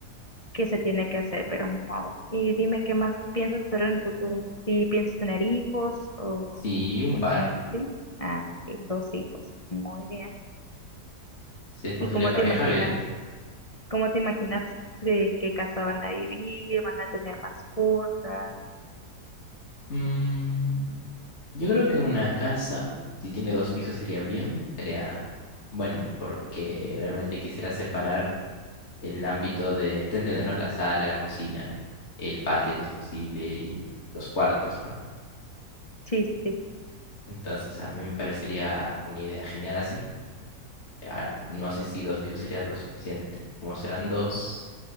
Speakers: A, on the left; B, on the left.
A: que se tiene que hacer, pero ni modo. Y dime qué más piensas hacer en el futuro. Si piensas tener hijos o
B: Sí, un
A: únicamente
B: par.
A: sí. Ah, ok, dos hijos. Muy bien.
B: Si es posible
A: ¿Y cómo
B: pareja,
A: te imaginas,
B: bien.
A: cómo te imaginas de en qué casa van a vivir? ¿Van a tener mascotas?
B: Mm, yo creo que una casa, si tiene dos pisos, sería bien. Sería bueno, porque realmente quisiera separar el ámbito de, te entiendes, ¿no? La sala, la cocina, el patio si es posible y los cuartos, ¿no?
A: Sí, sí,
B: Entonces a mí me parecería una idea genial así. Ahora, no sé si dos pisos sería lo suficiente. Como serán dos,